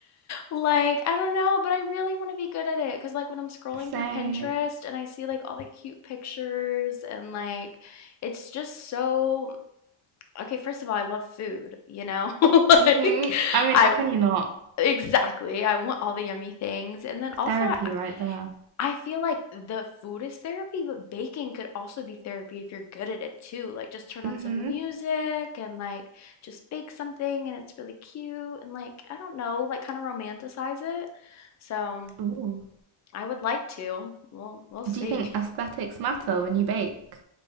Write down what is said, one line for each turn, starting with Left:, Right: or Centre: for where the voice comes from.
Left: Like, I don't know, but I really want to be good at it. Cause like when I'm scrolling
Right: So,
Left: through
Right: hmm
Left: Pinterest and I see like all the cute pictures and like it's just so okay, first of all, I love food, you know? <laughs>
Right: I
Left: Like
Right: mean,
Left: I
Right: how can you not?
Left: exactly. I want all the yummy things. And then also
Right: Therapy
Left: I
Right: right there.
Left: I feel like the food is therapy, but baking could also be therapy if you're good at it too. Like just turn
Right: Mm-hmm.
Left: on some music and like just bake something and it's really cute and like I don't know, like kind of romanticize it. So
Right: Ooh.
Left: I would like to. We'll we'll see.
Right: Do you think aesthetics matter when you bake?